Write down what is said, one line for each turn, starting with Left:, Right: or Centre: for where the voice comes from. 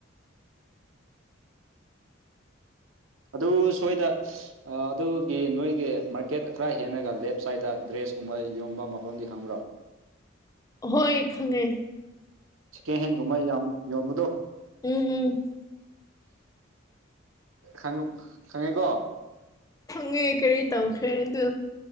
Right: ꯑꯗꯨ ꯁꯣꯏꯗ ꯑꯗꯨꯒꯤ ꯅꯣꯏꯒꯤ ꯃꯥꯔꯀꯦꯠ ꯈꯔ ꯍꯦꯟꯅꯒ ꯂꯦꯞ ꯁꯥꯏꯗ ꯗ꯭ꯔꯦꯁꯀꯨꯝꯕ ꯌꯣꯟꯕ ꯃꯐꯝꯗꯤ ꯈꯪꯕ꯭ꯔꯣ
Left: ꯍꯣꯏ ꯈꯪꯉꯦ
Right: ꯁꯤ ꯀꯦꯍꯦꯟꯒꯨꯝꯃꯥꯏ ꯌꯥꯝ ꯌꯣꯟꯕꯗꯣ
Left: ꯎꯝ ꯎꯝ
Right: ꯈꯪꯉꯦꯀꯣ
Left: ꯈꯪꯉꯦ ꯀꯔꯤ ꯇꯧꯈ꯭ꯔꯦ ꯑꯗꯨ